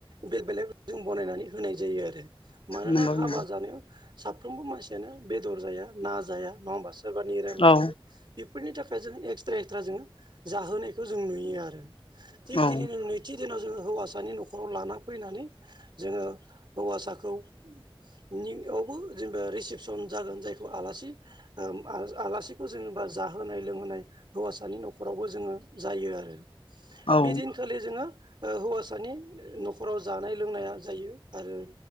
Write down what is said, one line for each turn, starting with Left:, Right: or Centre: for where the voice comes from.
Right: बेल बेलायाव जों बनायनानै होनाय जायो आरो। मानोना
Left: नंगौ
Right: हाबा
Left: नंगौ
Right: जानायाव साफ्रोमबो मानसियानो बेदर जाया ना जाया नङा होमबासो सोरबा निरामिस
Left: औ
Right: जायो बेफोरनि थाखाय जों एक्सट्रा एक्सट्रा जोङो। जाहोनायखौ जों नुयो आरो। थिग
Left: औ
Right: दिनैनो नैथि दिनाव जोङो हौवासानि न'खराव लाना फैनानै जोङो हौवासाखौ नियावबो जेनेबा रिसिपसन जागोन जायखौ आलासि ओ आ आलासिखौ जेनेबा जाहोनाय लोंहोनाय हौवासानि न'खरावबो जोङो जायो आरो
Left: औ
Right: बेदिनखालि जोङो ओ हौवासानि न'खराव जानाय लोंनाया जायो आरो।